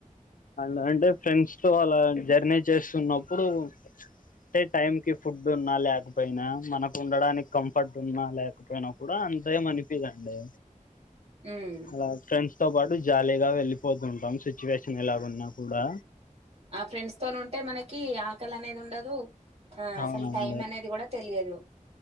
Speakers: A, on the left; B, on the right.
A: అండ్ అంటె ఫ్రెండ్స్ తో అలా జర్నీ చేస్తున్నప్పుడు అంటే టైం కి ఫుడ్ ఉన్నా లేకపోయినా మనకు ఉండడానికి కంఫర్ట్ ఉన్నా లేకపోయినా కూడా అంత ఏం అనిపిదండి
B: హ్మ్
A: అలా ఫ్రెండ్స్ తో పాటు జాలీగా వెళ్ళిపోతుంటాం సిచ్యువేషన్ ఎలాగున్నా కూడా
B: ఆ ఫ్రెండ్స్ తోనుంటె మనకి ఆకలి అనేది ఉండదు ఆ అసలు
A: అవునండి
B: టైం అనేది కూడా తెలియదు